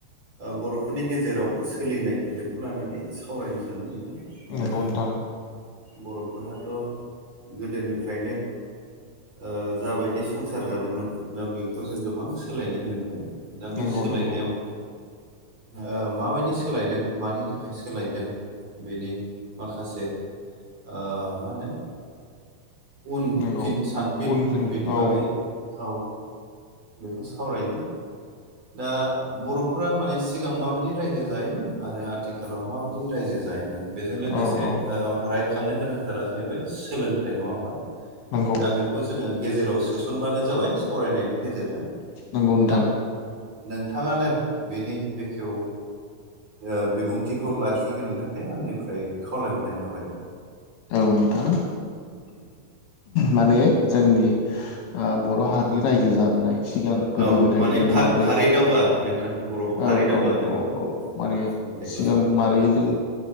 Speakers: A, on the right (about 35°); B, on the left (about 70°).
A: ओ बर'फोरनि गेजेराव सोलिनाय बेखौ लानानै सावरायनो सानदों।
B: नंगौ
A: दा
B: नोंथां
A: बर'फोराथ' गोदोनिफ्रायनो ओ जाबायदि संसार जादोंमोन दा बेखौ जों गोबां सोलायनाय मोनबाय। दा बे
B: नंगौ
A: सोलायनायाव
B: नंगौ
A: ओ माबायदि सोलायदों मानि थाखाय सोलायदों बेनि माखासे ओ मा होनो उन
B: नंगौ
A: फिन सानफिन
B: उनफिन
A: बेनि
B: औ
A: बागै औ बेखौ सावरायनो। दा बर'फोरा माने सिगां माबायदि रायजो जायोमोन आरो आथिखालाव माबायदि रायजो जायोमोन? बेजों लोगोसे
B: औ औ
A: ओ रायखांनो गोनांथारा जाहैबाय सोलोंथाइ नङा होमबा?
B: नोंगौ
A: दा बेखौ जोङो गेजेराव सोसनबानो जाबाय सावरायनायनि गेजेरजों।
B: नंगौ नोंथां
A: दा नोंथाङानो बेनि बेखेव ओ बिबुंथिखौ लाखिग्रोनो थाखाय आंनिफ्राय खावलायहरनाय थाबाय।
B: औ नोंथां माने जोंनि आ बर' हारिनि रायजो जाबोनाय सिगां गोदो
A: औ
B: गोदाय
A: माने
B: जों
A: फा-
B: माब्रै
A: फारि दावगा नोंथां बर'आव फारि
B: औ
A: दावगा
B: औ
A: होनो बेखौ
B: औ औ माने
A: दे
B: सिगां मारै जों